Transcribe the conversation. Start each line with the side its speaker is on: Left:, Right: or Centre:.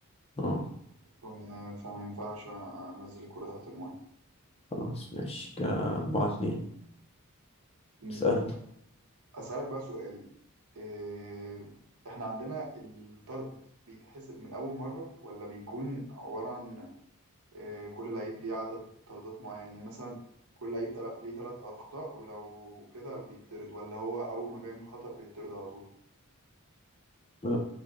Left: اه
Right: و- فما ينفعش انزل الكرة تحت المية
Left: خلاص ماشي كده أربعة اتنين
Right: مم.
Left: اسألني
Right: اسألك بقى سؤال إيه، احنا عندنا الطرد بيتحسب من اول مرة ولا بيكون عبارة عن إيه، كل لعيب ليه عدد طردات معين يعني مثلا كل لعيب تلا- ليه ثلاث اخطاء ولو كده بيتطرد ولا هو اول ما بيعمل خطأ بيتطرد على طول
Left: أه،